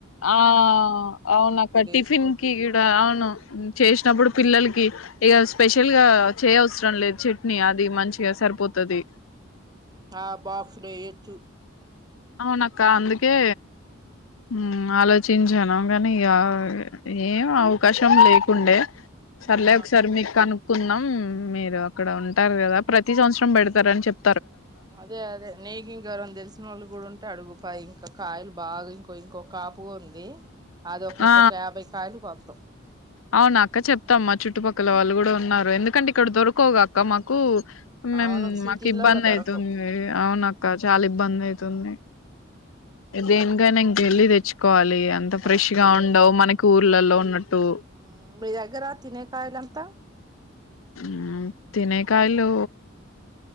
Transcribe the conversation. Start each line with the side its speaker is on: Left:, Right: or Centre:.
Left: ఆ అవును అక్క టిఫిన్
Right: వేసుకోవచ్చు
Left: కి ఇక్కడ అవును చేసినప్పుడు పిల్లలకి ఇక స్పెషల్ గా చేయ అవసరం లేదు చట్నీ అది మంచిగా సరిపోతుది
Right: ఆ బాక్సలో ఏచు
Left: అవునక్క అందుకే మ్మ్ ఆలోచించాను అవును గాని ఇక ఏం అవకాశం లేకుండే సర్లే
Right: ఆ
Left: ఒకసారి మీకు కను కుందాం మీరు అక్కడ ఉంటారు కదా ప్రతి సంవత్సరం పెడతారని చెప్
Right: అదే అదే నీకు ఇంక ఎవరున తెలిసిన వాళ్ళు కూడా ఉంటే అడుగుపా ఇంకా కాయలు బాగా ఇంకో ఇంకొ కా పువుంది అది ఒక ఇంకొక
Left: ఆ
Right: యాభై కాయలు కోత్తం
Left: అవును అక్క చెప్తాం మా చుట్టుపక్కల
Right: ఆ
Left: వాళ్ళు కూడా ఉన్నారు ఎందుకంటే ఇక్కడ దొరకవుగాక్క మాకు మేం
Right: అవును సిటీలల్ల
Left: మాకు ఇబ్బంది
Right: దొరకవు
Left: అయితుంది అవునక్క చాలా ఇబ్బంది అయి తుంది దేనికనా ఇంక వెళ్ళి తెచ్చుకోవాలి ఇఅంత ఫ్రెష్
Right: అంతే
Left: గా ఉండవు మనకి ఊర్ల ల్లో ఉన్నట్టు
Right: మ్మ్ మీ దగ్గర తినే కాయలు ఎంత
Left: మ్మ్ తినేకాయలు